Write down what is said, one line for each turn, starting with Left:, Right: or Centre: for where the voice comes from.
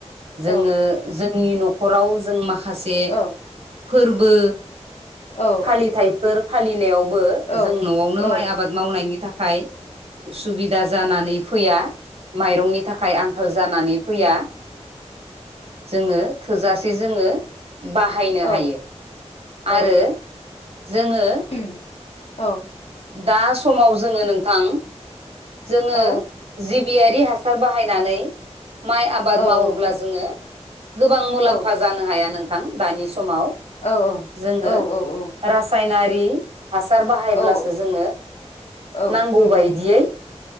Right: जोङो
Left: औ
Right: जोंनि न'खराव जों माखासे
Left: औ
Right: फोरबो
Left: औ
Right: फालिथायाइफोर फालिनायाव बो
Left: औ
Right: जों न'आवनो
Left: औ
Right: माइ आबाद मावनायनि थाखाय उसुबिदा जानानै फैया माइरंनि थाखाय आंखाल जानानै फैया
Left: उम
Right: जोङो थोजासे जोङो बाहायनो
Left: उम औ
Right: हायो आरो
Left: औ
Right: जोङो
Left: औ औ
Right: दा समाव जोङो नोंथां जोङो
Left: औ
Right: जि बियारि हासार बाहायनानै माइ आबाद
Left: औ
Right: मावोब्ला
Left: औ
Right: जोङो गोबां मुलाम्फा
Left: औ
Right: जानो हाया नोंथां दानि समाव
Left: औ
Right: जोङो
Left: औ औ
Right: रासायनारि हासार बाहायोब्लासो
Left: औ
Right: जोङो
Left: औ
Right: नांगौ
Left: उम
Right: बायदियै
Left: उम